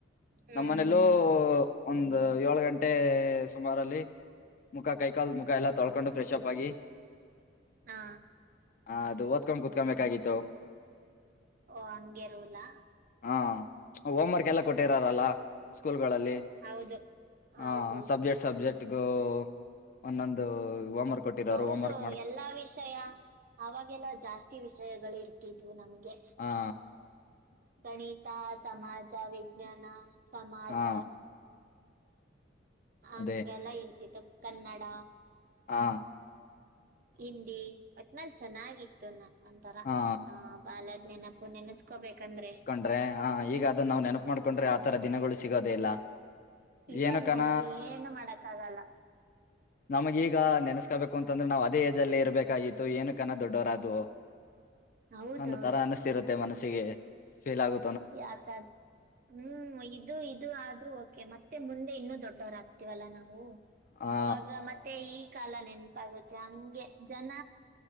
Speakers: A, on the right; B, on the left.
A: ಹ್ಮ್
B: ನಮ್ಮ ಮನೆಲ್ಲೂ ಒಂದು ಏಳ್ ಗಂಟೆ ಸುಮಾರಲ್ಲಿ. ಮುಖ ಕೈಕಾಲ್ ಮುಖ ಎಲ್ಲ ತೊಳ್ಕೊಂಡ ಫ್ರೆಶ್ ಆಪ್ ಆಗಿ.
A: ಹಾ.
B: ಹ ಅದು ಓದಕೊಂಡ್ ಕುತ್ಕೊಬೇಕಾಗಿತ್ತು.
A: ಓ ಹಂಗೆ ರುಲಾ.
B: ಹಾ ಹೋಮ್ವರ್ಕ್ ಎಲ್ಲ ಕೊಟ್ಟಿರೊ ಅಲ್ಲಾ. ಸ್ಕೂಲ್ಗಳಲ್ಲಿ
A: ಹೌದು
B: ಹ
A: ಹೌದು
B: ಸಬ್ಜೆಕ್ಟ್ ಸಬ್ಜೆಕ್ಟ್. ಗು ಒಂದೊಂದು ಹೋಮ್ವರ್ಕ್ ಕೊಟ್ಟಿರೋರು
A: ಹೌದು
B: ಹೋಮ್ವರ್ಕ್.
A: ಎಲ್ಲಾ ವಿಷಯ ಅವಾಗೆಲ್ಲ ಜಾಸ್ತಿ ವಿಷಯಗಳು ಇರ್ತಿದ್ವು ನಮಗೆ.
B: ಹಾ.
A: ಗಣಿತ ಸಮಾಜ ವಿಜ್ಞಾನ ಸಮಾಜ.
B: ಹಾ
A: ಹಂಗೆಲ್ಲ
B: ಅದೇ
A: ಇರ್ತಿತ್ತು ಕನ್ನಡ.
B: ಅ
A: ಹಿಂದಿ ಒಟ್ನಲ್ ಚೆನ್ನಾಗಿತ್ತು ನ ಒಂತರ
B: ಹಾ
A: ಅ ಬಾಲ್ಯದ್ ನೆನಪು ನೆನೆಸ್ಕೋಬೇಕಂದ್ರೆ.
B: ಅಂದ್ರೆ ಹ ಈಗ ಅದನ್ನ ನಾವ್ ನೆನಪು ಮಾಡ್ಕೊಂಡ್ರೆ ಆತರ ದಿನಗಳು ಸಿಗೋದೇ ಇಲ್ಲ.
A: ಇವಾಗ
B: ಏನು ಕನ
A: ನೋಡ್ರಿ ಏನು ಮಾಡಕ್ ಆಗಲ್ಲ.
B: ನಮಗ ಈಗ ನೆನೆಸ್ಕಬೇಕು ಅಂತಂದ್ರೆ ನಾವ್ ಅದೇ ಏಜ್ ಅಲ್ಲಿ ಇರಬೇಕಾಗಿತ್ತು ಏನ ಕನ ದೊಡ್ಡವರ ಅದೋ.
A: ಹೌದೌದು
B: <unintelligible> ತರ ಅನಿಸ್ತಿರುತ್ತೆ ಮನಸ್ಸಿಗೆ ಫೀಲ್ ಆಗು
A: ಯಾಕ ಹ್ಮ್ ಇದು ಇದು ಆದ್ರೂ ಓಕೆ ಮತ್ತೆ ಮುಂದೆ ಇನ್ನುೂ ದೊಡ್ಡವರ ಆಗ್ತಿವಲ್ಲ ನಾವು.
B: ಹಾ
A: ಅವಾಗ ಮತ್ತ ತ್ತೆ ಈ ಕಾಲ ನೆನಪಾಗುತ್ತೆ ಹಂಗೆ ಜನ